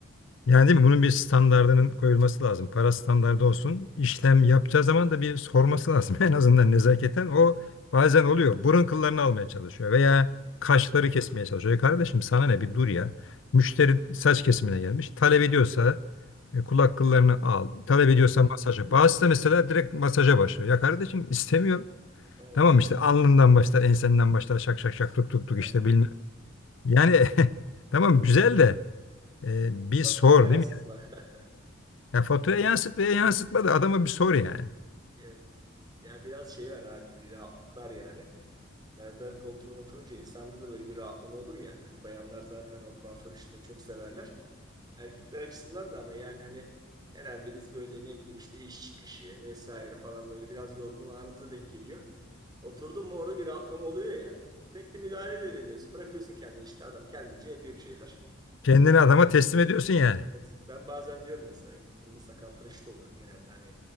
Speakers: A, on the left; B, on the right.
A: Yani değil mi? Bunun bir standardının koyulması lazım. Para standardı olsun. İşlem yapacağı zaman da bir sorması lazım. <laughs> En azından nezaketen o bazen oluyor. Burun kıllarını almaya çalışıyor veya kaşları kesmeye çalışıyor. "Ya Kardeşim sana ne bir dur ya. Müşteri saç kesimine gelmiş. Talep ediyorsa e, kulak kıllarını al.
B: Evet,
A: Talep ediyorsa masaja. Bazısı da mesela direkt masaja başlıyor. Ya kardeşim istemiyorum.
B: evet,
A: Tamam işte alnından başlar, ensenden başlar, şak şak şak tuk tuk
B: evet.
A: tuk işte bilmem. Yani <laughs> tamam güzel de e, bir
B: Faturaya
A: sor
B: yansıtma.
A: değil mi?
B: <laughs>
A: Ya faturaya yansıt veya yansıtma da adama bir sor
B: Evet,
A: yani.
B: evet. Ya biraz şey var abi, bir rahatlık var yani. Berber koltuğuna oturunca insanda da böyle bir rahatlama olur ya. Hani bayanlar zaten o kuaför işlerini çok severler. Erkekler açısından da ama yani hani genelde biz böyle ne bileyim işte iş çıkışı vesaire falan böyle biraz yorgun anımıza denk geliyor. Oturdun mu orada bir rahatlama oluyor ya. Pek de müdahale de edemiyorsun. Bırakıyorsun kendini işte adam kendince yapıyor bir şeyler.
A: Kendini adama teslim ediyorsun yani.
B: Evet. Ben bazen diyorum mesela gittiğimde sakal tıraşı da olurum genelde. Hani